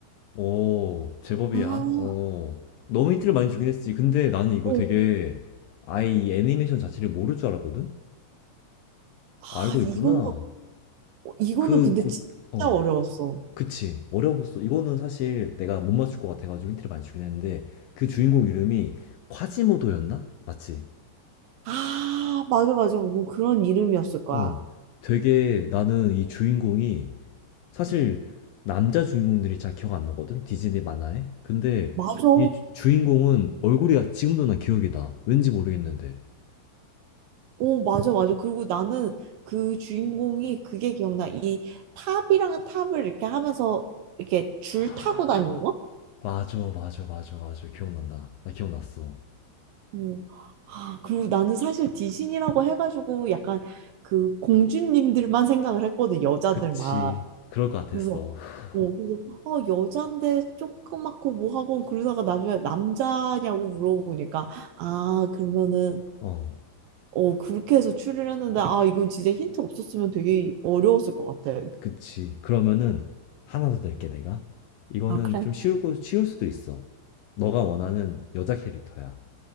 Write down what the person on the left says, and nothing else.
오, 제법이야.
오. 너무 힌트를 많이 주긴 했지. 근데 나는 이거
되게 아예 이 애니메이션 자체를 모를 줄 알았거든?
알고 있구나.
그,
곧,
어,
그치. 어려웠어. 이거는 사실 내가 못 맞출 것 같아가지고 힌트를 많이 주긴 했는데, 그 주인공 이름이 콰지모도였나? 맞지?
어, 되게 나는 이 주인공이, 사실 남자 주인공들이 잘 기억 안 나거든? 디즈니 만화에? 근데
이 주- 주인공은 얼굴이 지금도 난 기억이 나. 왠지 모르겠는데.
<gasps>
맞아, 맞아, 맞아, 맞아. 기억난다. 나 기억났어.
그치. 그럴 것 같았어.
<laughs>
어.
그치. 그러면은 하나 더 낼게 내가. 이거는
좀 쉬우고 쉬울 수도 있어. 너가 원하는 여자 캐릭터야.